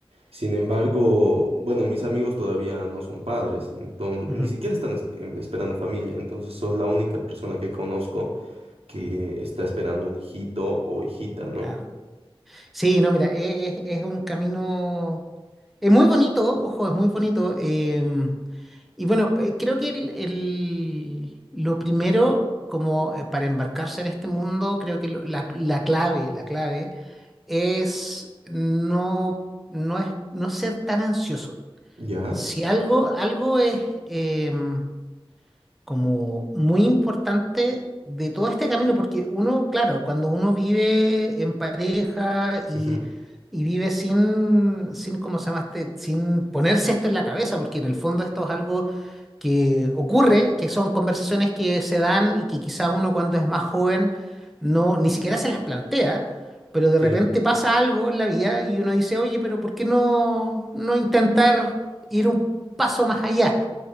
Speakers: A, on the right; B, in the centre.
A: Sin embargo, bueno, mis amigos todavía no son padres, entonces
B: Ujú,
A: ni siquiera están esp- em- esperando familia. Entonces sos la única persona que conozco que está esperando un hijito o hijita, ¿no?
B: Claro. Sí, no, mira, es e- es, un camino, es muy bonito, ojo, es muy bonito. em, y bueno, eh, creo que el, el- lo primero, como eh, para embarcarse en este mundo, creo que lo- la, la clave, la clave es no, no, es, no ser tan ansioso.
A: ¿Ya?
B: Si algo, algo es, em, como muy importante de todo este camino, porque uno, claro, cuando uno vive en pareja y,
A: Ujú.
B: y vive sin, sin, ¿cómo se llama este? Sin ponerse esto en la cabeza, porque en el fondo esto es algo que ocurre, que son conversaciones que se dan y que quizá uno cuando es más joven no, ni siquiera se las plantea. Pero de repente
A: Sí,
B: pasa algo en la vida y uno dice, oye, pero ¿por qué no, no intentar ir un paso más allá?